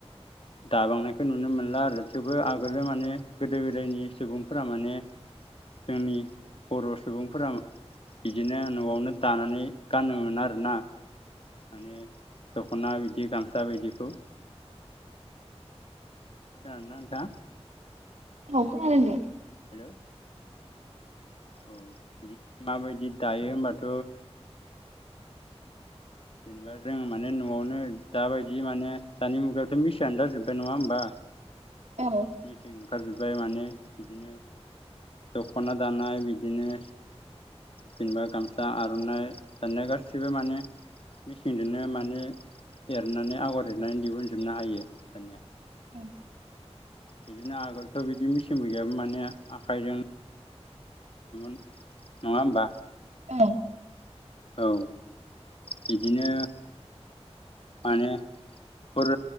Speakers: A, on the left; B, on the right.
A: दाबांनायखौ नुनो मोनला आरो। थेवबो आगोलो माने गोदो गोदायनि सुबुंफोरा माने जोंनि बर' सुबुंफोरा बिदिनो न'आवनो दानानै गानोमोन आरोना माने दख'ना बिदि गामसा बिदिखौ खोनादों ना नोंथां?
B: औ खोनदों दे।
A: हेल' औ बिदि माबायदि दायो होनबाथ' जेनेबा जों माने न'आवनो दाबायदि माने दानि मुगायाव मेसिनआनो जाजोब्बाय नङा होनबा
B: औ-औ-औ-औ
A: मेचिं ओंखारजोबबाय बाय माने बिदिनो दख'ना दानाय बिदिनो जेनबा गामसा आर'नाइ दानिया गासिबो माने मेचिंजोंनो माने एरनानै आगर एरनानै दिहुनजोबनो हायो दानिया
B: औ
A: बिदिनो आगोलथ' बिदि मेचिनबो गैयामोन माने आखाइजों मोन नङा होनबा?
B: औ औ
A: औ बिदिनो माने बेफोर